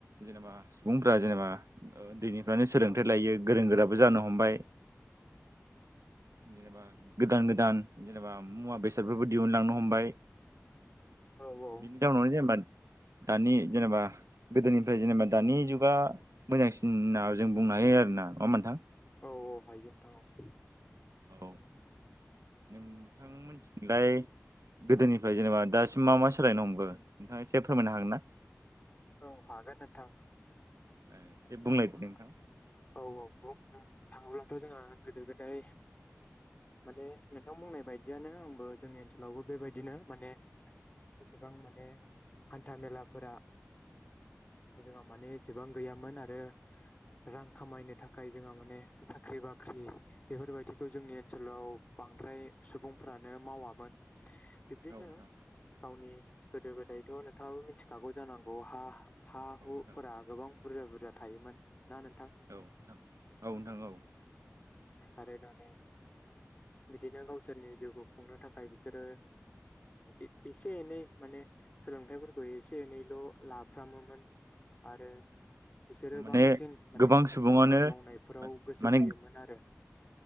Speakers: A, on the right (about 75°); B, on the left (about 30°).
A: जेनेबा सुबुंफ्रा जेनेबा उन्दैनिफ्रायनो सोलोंथाइ लायो गोरों गोराबो जानो हमबाय। जेनेबा गोदान गोदान जेनेबा मुवा बेसादफोरबो दिहुनलांनो हमबाय
B: औ औ
A: बिनि टाउनावनो जेनबा दानि जेनेबा गोदोनिफ्राय जेनेबा दानि जुगा मोजांसिन होनना जों बुंनो हायो आरोना नङा होमबा नोंथां
B: औ औ हायो नोंथां औ
A: औ नोंथां मोनथिनाय गोदोनिफ्राय जेनेबा दासिम मा मा सोलायनो हमखो नोंथाङा एसे फोरमायनो हागोन ना?
B: औ हागोन नोंथां।
A: एसे
B: दायो
A: बुंलायदो
B: जों
A: नोंथां
B: औ औ बुंनो थाङोब्लाथ' जोंहा गोदो गोदाय माने नोंथां बुंनाय बायदियानो आंबो जोंनि ओनसोलावबो बेबायदिनो माने एसेबां माने हान्था मेलाफोरा जोंहा माने एसेबां गैयामोन आरो रां खामायनो थाखाय जोंहा माने साख्रि बाख्रि बेफोरबायदिखौ जोंनि ओनसोलाव बांद्राय सुबुंफ्रानो मावामोन। बिब्दिनो
A: औ नोंथां
B: गावनि गोदो गोदायथ' नोंथाङाबो मिथिखागौ जानांगौ हा हा
A: औ
B: हुफोरा
A: नोंथां औ
B: गोबां बुरजा बुरजा थायोमोन ना नोंथां
A: औ नोंथां औ नोंथां औ।
B: आरो दानि बिदिनो गावसोरनि जिउखौ खुंनो थाखाय बिसोरो ए-एसे एनै माने सोलोंथाइफोरखौ एसे एनैल' लाफ्रामोमोन आरो बिसोरो
A: माने
B: बांसिन माने
A: गोबां सुबुङानो
B: आबाद मावनायफोराव गोसो
A: माने
B: होयोमोन आरो